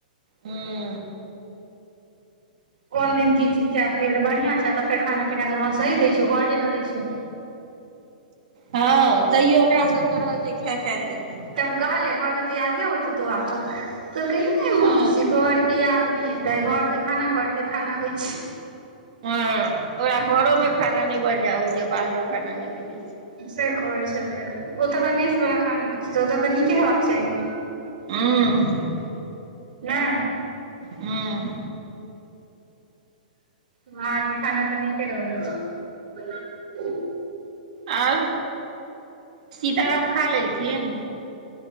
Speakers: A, on the right; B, on the right.
A: हूॅं
B: कोन दिन की चीज प तऽ बढ़िआँ छौ तऽ फेर खाना पीनााके तोन सही द छौ घर जेना दै छौ
A: हँ तैयो ओकरा सबके रह छै खा खा धेने
B: तब कहलियै घर के तऽ याद नहि हो छै तोर तऽ तो कहि ने मौसी
A: हँ
B: के याद न एते घर के खाना घर के खाना होइ छै
A: हॅं ओकरा घरो में खाना नहि बढ़िया होइ छै बाहरो खाना नहि मिलै छै
B: से कहै छलै ओतऽ तऽ मेष वाला खाना ओतऽ तऽ नीके हेबाक चाही
A: हुँ
B: नहिँ
A: हुँ
B: बाहर कें खाना तऽ नीके रहै छै
A: आओर सीताराम खा लेलखिन